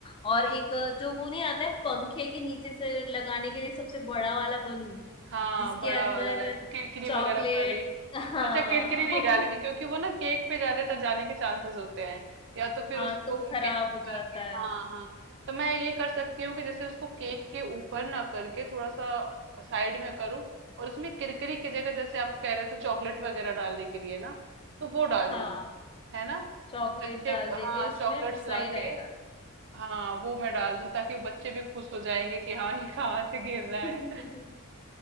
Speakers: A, on the left; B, on the right.
A: और एक
B: हाँ
A: अ, जो वो नहीं आता है पंखे के नीचे से लगाने के लिए सबसे बड़ा वाला बलून
B: हाँ
A: जिसके
B: बड़ा
A: अंदर
B: वाला रह- किरकिरी
A: चॉकलेट
B: वगैरह भरी
A: हाँ
B: अच्छा किरकिरी नहीं डालेंगे
A: <laughs>
B: क्योंकि वो ना केक पे ज्यादातर जाने के चांसेस होते हैं या तो फिर
A: हाँ
B: उसको
A: तो वो खराब
B: केक हटा
A: हो जाता
B: के
A: है
B: हाँ हाँ तो मैं ये कर सकती हूँ कि जैसे उसको केक के ऊपर ना करके थोड़ा सा साइड में करूँ और उसमें किरकिरी की जगह जैसे आप कह रहे थे चॉकलेट वगैरह डालने के लिए ना तो वो डाल
A: हाँ
B: दूँ है ना
A: चॉकलेट
B: बच्चे
A: डाल देंगे
B: हाँ
A: उसमें
B: चॉकलेट्स
A: तो सही
B: लाके
A: रहेगा
B: हाँ वो मैं डाल दूँ ताकि बच्चे भी खुश हो जाएंगे कि हाँ ये कहाँ से गिर रहा है
A: <laughs>